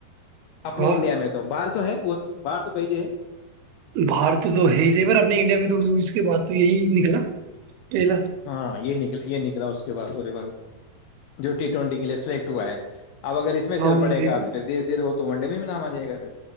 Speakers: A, on the left; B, on the right.
A: اپنے
B: واہ
A: انڈیا میں تو بارت تو ہے وہ باہر تو کہ ج ہے
B: باہر تو تو ہے اسی پر اپنے انڈیا میں تو اس کے بعد تو یہی نکلا پہلا
A: ہاں یہ نکل یہ نک اس کے بعی جو ٹی ٹوینٹی کے لیے سلیکٹ ہوا ہے اب اگر اس میں
B: ہاں
A: چل پڑ
B: وہی
A: گا تو پھرھیرے دھیرے تو ونڈے میں بھی نام آ جائے گا پھر